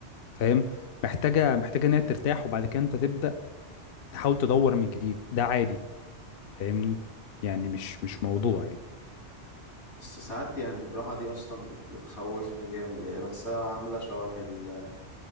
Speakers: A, on the left (about 60°); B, on the left (about 85°).
A: فاهم محتاجه محتاجه ان هي ترتاح وبعد كده انت تبدأ تحاول تدور من جديد ده عادي فاهمني يعني مش مش موضوع يعني
B: بس ساعات يعني الراحة دي أصلا بت- بتخوفني جامد يعني بحسها عاملة شبه ال-